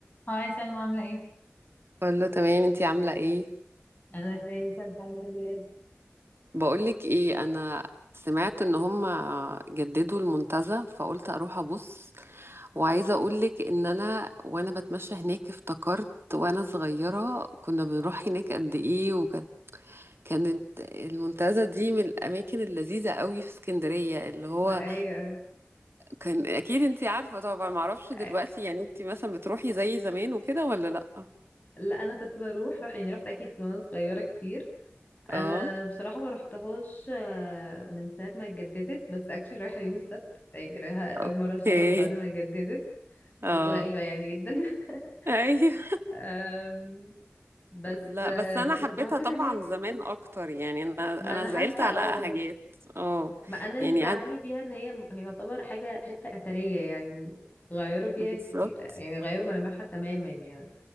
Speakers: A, on the left (about 35°); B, on the right (about 60°).
A: هاي سلمى عاملة ايه؟
B: كله تمام انتي عاملة ايه
A: انا كويسه الحمد لله
B: بقولك ايه انا سمعت ان هما جددوا المنتزه فقلت اروح ابص وعايزة اقولك ان انا وانا بتمشى هناك افتكرت وانا صغيرة كنا بنروح هناك قد ايه وكانت كانت المنتزه دي من الاماكن اللذيذة قوي في اسكندرية اللي هو
A: ايوه
B: كان اكيد انتي عارفة طبعا معرفش دلوقتي
A: أ-
B: يعني انتي مثلا بتروحي زي زمان وكده ولا لا
A: لا انا كنت بروح روح يعني رحت اكيد وانا صغيره كتير انا
B: اه
A: بصراحه ما رحتهاش آه، من ساعه ما اتجددت بس اكشلي رايحه يوم السبت يعني رايحه اول
B: اوكي
A: مره اشوفها بعد ما اتجددت
B: اه
A: صدفه غريبه يعني جدا <laughs>
B: ايوه
A: أم، بس
B: لا
A: آه،
B: بس انا
A: بس
B: حبيتها
A: كنت على طول
B: طبعا
A: هناك
B: زمان اكتر يعني انا
A: ما
B: انا
A: انا حاسه
B: زعلت على
A: اه
B: حاجات اه
A: ما انا اللي
B: يعني
A: زعلني
B: قعد
A: فيها ان هي هي تعتبر حاجه حته اثريه يعني غيروا فيها
B: بالظبط
A: كتير يعني غيروا ملامحها تماما يعني